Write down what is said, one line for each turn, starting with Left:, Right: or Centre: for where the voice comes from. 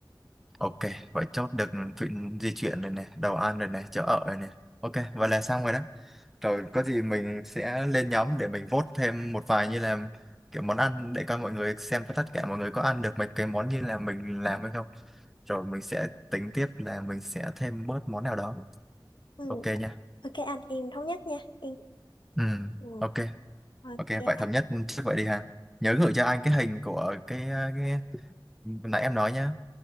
Centre: ok vậy chốt được chuyện di chuyển rồi nè đồ ăn rồi nè chỗ ở rồi nè ok vậy là xong rồi đó Rồi có gì mình sẽ lên nhóm để mình vote thêm một vài như là kiểu món ăn để coi mọi người xem tất cả mọi người có ăn được mấy cái món như là mình làm hay không. Rồi mình sẽ tính tiếp là mình sẽ thêm bớt món nào đó.
Left: Ừ,
Centre: Ok nha.
Left: ok anh, em thống nhất nha. Em.
Centre: Ừ,
Left: Ừ,
Centre: ok.
Left: ok.
Centre: Ok, vậy thống nhất trước vậy đi ha. Nhớ gửi cho anh cái hình của cái, cái... nãy em nói nhá.